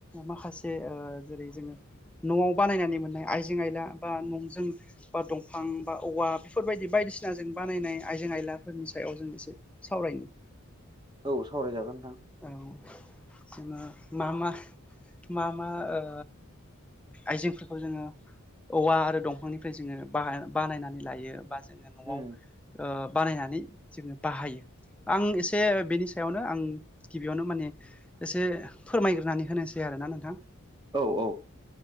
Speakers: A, in the centre; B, on the right.
A: माखासे ओ जेरै जोङो न'आव बानायनानै मोननाय आइजें आयला बा न'जों बा दंफां बा औवा बेफोरबायदि बायदिसिना जों बानायनाय आइजें आइलाफोरनि सायाव जों एसे सावरायनि
B: औ सावरायजागोन नोंथां।
A: औ जोङो मा मा मा ओ आइजेंफोरखौ जोङो औवा आरो दंफांनिफ्राय जोङो बा बानायनानै लायो बा जोङो न'वाव
B: उम
A: ओ बानायनानै जोङो बाहायो आं एसे बेनि सायावनो आं गिबियावनो माने एसे फोरमायग्रोनानै होनोसै आरोना नोंथां‌।
B: औ औ